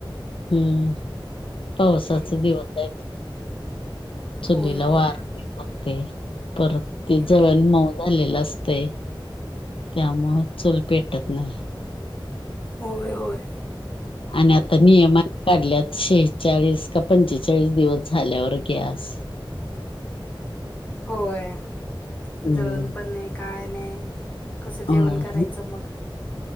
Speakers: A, on the left; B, on the left.
A: हूं पावसाचे
B: हम्म
A: दिवस आहे चुलीला
B: होय होय
A: वार लागतेय, परत
B: हम्म
A: ते जळन, मऊ झालेलं असतंय. त्यामुळं चल पेटत नाही.
B: होय, होय.
A: आणि आता नियम. काढल्यात शेहेचाळीस का पंचेचाळीस दिवस झाल्यावर गॅस
B: होय
A: हम्म
B: जळून पण नाही काय नाही. कसं जेवण
A: अं,
B: करायचं मग.